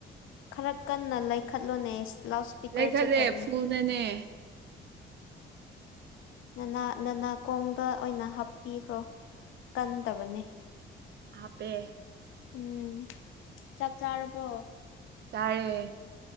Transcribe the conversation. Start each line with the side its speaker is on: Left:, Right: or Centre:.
Left: ꯈꯔ ꯀꯟꯅ ꯂꯩꯈꯠꯂꯣꯅꯦ ꯂꯥꯎꯠ ꯁꯄꯤꯀꯔ
Right: ꯂꯩꯈꯠꯂꯦ
Left: ꯆꯠꯇꯕꯅꯦ
Right: ꯐꯨꯜꯅꯅꯦ
Left: ꯅꯅꯥ ꯅꯅꯥꯀꯣꯡꯗ ꯑꯣꯏꯅ ꯍꯥꯞꯄꯤꯈ꯭ꯔꯣ ꯀꯟꯗꯕꯅꯦ
Right: ꯍꯥꯞꯄꯦ
Left: ꯎꯝ ꯆꯥꯛ ꯆꯥꯔꯕꯣ
Right: ꯆꯥꯔꯦ